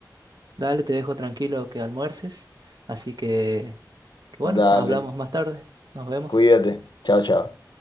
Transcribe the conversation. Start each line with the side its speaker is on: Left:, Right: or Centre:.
Right: dale, te dejo tranquilo que almuerces. Así que, que bueno,
Left: Dale,
Right: hablamos más tarde. Nos vemos.
Left: cuídate. Chao, chao.